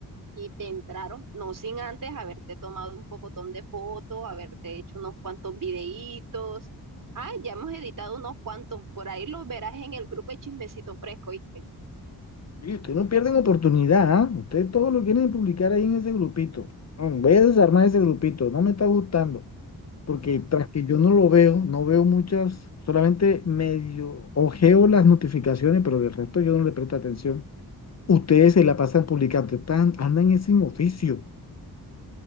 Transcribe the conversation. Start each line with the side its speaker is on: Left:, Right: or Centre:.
Right: y te entraron, no sin antes haberte tomado un pocotón de fotos, haberte hecho unos cuantos videitos. Ah, ya hemos editado unos cuantos, por ahí los verás en el grupo de Chismecito Fresco, ¿viste?
Left: Oye, ustedes no pierden oportunidad, ¿ah? Ustedes todo lo quieren publicar ahí en ese grupito. Mm, Voy a desarmar ese grupito, no me está gustando. Porque tras que yo no lo veo, no veo muchas, solamente medio ojeo las notificaciones, pero del resto yo no le presto atención. Ustedes se la pasan publicando, están, andan es sin oficio.